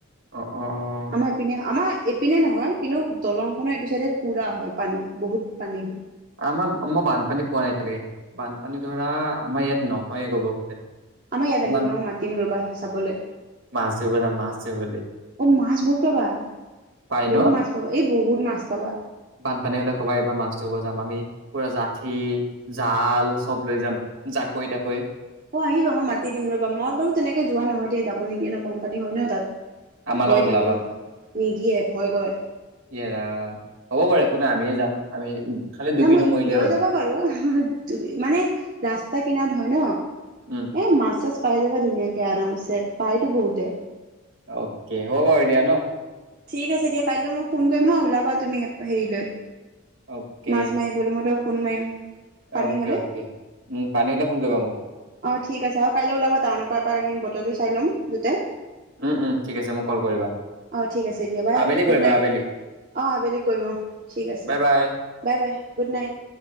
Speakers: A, on the right; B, on the right.
A: অ অ
B: আমাৰ এইপিনে, আমাৰ এপিনে নহয়, কিন্তু দলংখনৰ এইটো চাইডে পুৰা হয় পানী, বহুত পানী
A: আমাৰ মই বানপানী পোৱাই নাই এতিয়ালৈকে, বানপানী ধৰা আমাৰ ইয়াত নহয়ে ক'ব গ'লে।
B: আমাৰ ইয়াত
A: ইমান
B: আহিবা মই মাতিম ৰ'বা চাবলৈ,
A: মাছ ধৰিব যাম মাছ ধৰিবলে
B: অঁ মাছ বহুত পাবা,
A: পাই ন
B: বহুত মাছ পাবা এই বহুত মাছ পাবা
A: বানপানী হ'লে ক'বা এইবাৰ মাছ ধৰিব যাম, আমি পুৰা জাঠি জাল চব লৈ যাম, জাকৈ তাকৈ।
B: অঁ আহিবা মই মাতি দিম ৰবা মই বাৰু তেনেকে যোৱা নহয় দেই যাব নিদিয়ে ন বানপানী হয় ন তাত।
A: আমাৰ
B: ভয়
A: লগত
B: থাকে
A: ওলাবা,
B: ন নিদিয়ে ভয় কৰে
A: ইয়ে ৰাম, হ'ব বাৰু একো নাই আমিয়ে যাম। আমি খালি ডুবি
B: নাই মই
A: নমৰিলেই
B: লৈ
A: হ'ল
B: যাব পাৰো, <unintelligible> মানে ৰাস্তাৰ কিনাৰত হয় ন।
A: উম
B: এ মাছ চাছ পাই যাবা ধুনীয়াকে আৰামছে, পাইতো বহুতে।
A: অকে, হ'ব বাৰু দিয়া ন।
B: ঠিক আছে, দিয়া কাইলৈও মই ফোন কৰিম হা ওলাবা তুমি হেৰিলৈ।
A: অকে
B: মাছ মায়ে বুলি মত ফোন মাৰিম। পানী
A: অ'কে
B: হলে
A: অ'কে উম, পানী হ'লে ফোন কৰিবা মোক।
B: অ' ঠিক আছে আৰু কাইলৈ ওলাবা টাউনৰ পৰা পৰা আহিম বতৰটো চাই ল'ম দোইতায়।
A: উম উম ঠিক আছে মোক কল কৰিবা
B: অ', ঠিক আছে দিয়া বাই
A: আবেলি কৰিবা
B: গুড নাইট
A: আবেলি
B: অ', আবেলি কৈম ঠিক আছে,
A: bye bye
B: bye bye good night.